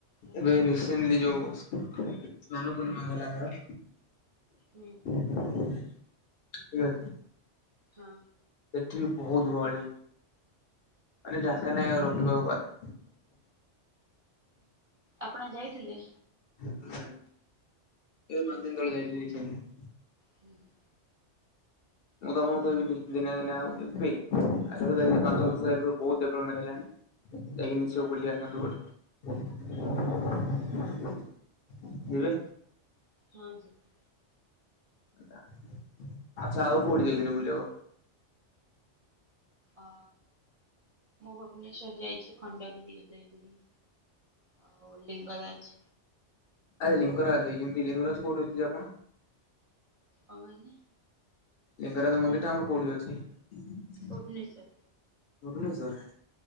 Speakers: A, on the right (about 55°); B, on the left (about 60°).
A: ଆଚ୍ଛା
B: ଏବେ ରିସେନଲି ଯୋଉ ସ୍ନାନ ପୂର୍ଣିମା ଗଲା ଘର
A: ହୁଁ
B: ଠିକ୍ ଅଛି।
A: ହଁ
B: ସେଠି ବି ବହୁତ୍ ଗହଳି। ମାନେ
A: ଆଚ୍ଛା
B: ଜାଗା ନାହିଁ ଆଉ ରଖିବାକୁ ବାଗ।
A: ଆପଣ ଯାଇଥିଲେ?
B: ହୁଁ ହୁଁ ଏ ପାଞ୍ଚ ଦିନି ତଳେ ଯାଇଥିଲି ରିସେଣ୍ଟଲି।
A: ହୁଁ ହୁଁ
B: ମୁଁ ତମଙ୍କୁ କହିବିନି ଦିନେ ନା ଦିନେ ଆଉ ଏବେ <unintelligible> ପାଞ୍ଚବର୍ଷ ହେବ ବହୁତ ଡେଭଲପମେଣ୍ଟ ହେଲାଣି। ଯାଇକି ନିଶ୍ଚୟ ବୁଲି ଆସନ୍ତୁ ଗୋଟେ। ଯିବେ?
A: ହଁ ଯିବି।
B: ଆଚା ଆଚ୍ଛା ଆଉ କୋଉଠି ଯାଇଛନ୍ତି ବୁଲିବାକୁ?
A: ଅ ମୁଁ ଭୁବନେଶ୍ଵର ଯାଇଛି ଖଣ୍ଡଗିରି, ଉଦୟଗିରି। ଆଉ ଲିଙ୍ଗରାଜ?
B: ଆରେ ଲିଙ୍ଗରାଜ ଦେଇଚିନ୍ତି ଲିଙ୍ଗରାଜ କୋଉଠି ଅଛି ଆପଣ?
A: କଁ କହିଲେ?
B: ଲିଙ୍ଗରାଜ ମନ୍ଦିରଟା ଆମର କୋଉଠି ଅଛି?
A: ଭୁବନେଶ୍ୱର।
B: ଭୁବନେଶ୍ୱର?